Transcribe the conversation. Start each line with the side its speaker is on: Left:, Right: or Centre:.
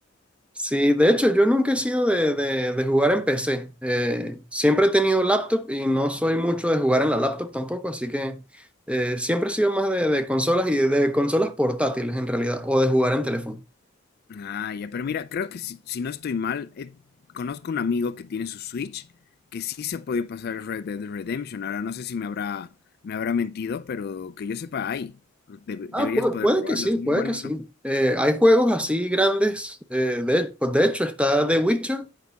Centre: Sí, de hecho, yo nunca he sido de, de- de jugar en PC. Eh, siempre he tenido laptop y no soy mucho de jugar en la laptop tampoco, así que eh, siempre he sido más de, de consolas y de, de consolas portátiles en realidad, o de jugar en teléfono.
Left: Ah, ya, pero mira, creo que si, si no estoy mal, eh, conozco un amigo que tiene su Switch que sí se ha podido pasar el Red Dead Redemption. Ahora no sé si me habrá, me habrá mentido, pero que yo sepa, hay. Debe-
Centre: Ah,
Left: deberías
Centre: pu-
Left: poder
Centre: puede,
Left: probarlo,
Centre: que sí,
Left: es
Centre: puede
Left: muy bueno.
Centre: que sí. Eh, hay juegos así grandes. eh, de, pues de hecho, está The Witcher.